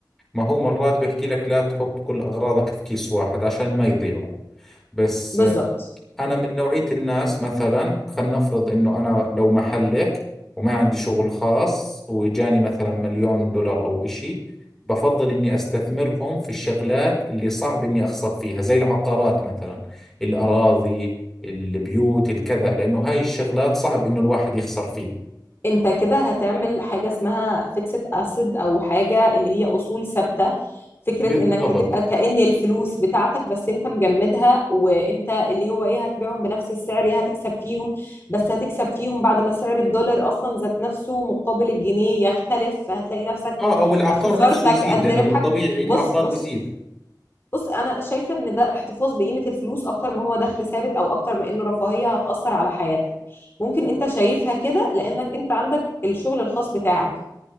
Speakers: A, in the centre; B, on the left.
A: ما هو مرات بيحكي لك لا تحط كل اغراضك في كيس واحد عشان ما يضيعوا بس
B: بالظبط
A: أنا من نوعية الناس مثلا خلينا نفرض إنه أنا لو محلك وما عندي شغل خاص وإجاني مثلا مليون دولار أو إشي بفضل إني أستثمرهم في الشغلات اللي صعب إني أخسر فيها زي العقارات مثلا الأراضي البيوت الكذا لأنه هاي الشغلات صعب إنه الواحد يخسر فيها
B: انت كده هتعمل حاجة اسمها فيكسد اسيد او حاجة اللي هي اصول ثابتة فكرة
A: بالضبط
B: انك هتبقى كأن الفلوس بتاعتك بس انت مجمدها وانت اللي هو ايه هتبيعهم بنفس السعر ايه هتكسب فيهم بس هتكسب فيهم بعد ما سعر الدولار اصلا ذات نفسه مقابل الجنيه يختلف فهتلاقي نفسك
A: آه أو العقار
B: خسارتك
A: نفسه يزيد
B: قد
A: لأنه
B: ربحك
A: بالطبيعي العقار
B: بص بص
A: بيزيد
B: بص انا شايفه ان ده احتفاظ بقيمه الفلوس اكتر ما هو دخل ثابت او اكتر ما انه رفاهيه هتاثر على حياتك ممكن انت شايفها كده لانك انت عندك الشغل الخاص بتاعك